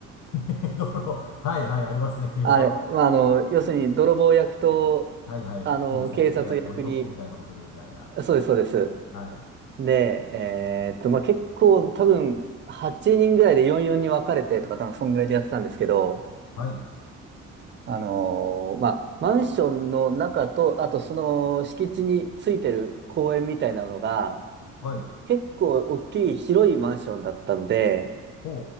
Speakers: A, on the left (about 75°); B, on the right (about 40°).
A: <laughs> 泥。はいはい。ありますね。軽泥。
B: あれ、まあ、あの、要するに泥棒役と、
A: はいはい。
B: あの、
A: 警察官役とやって鬼ごっこみたいなことするみたいな。
B: 警察役に、そうです、そうです。
A: はい。
B: で、えーっと、まあ、結構多分8人ぐらいで44に分かれてとか、多分そんぐらいでやってたんですけど、
A: はい。
B: あのーまあ、マンションの中と、あとその敷地についてる公園みたいなのが、
A: はい。
B: 結構大きい広いマンションだったので、
A: ほ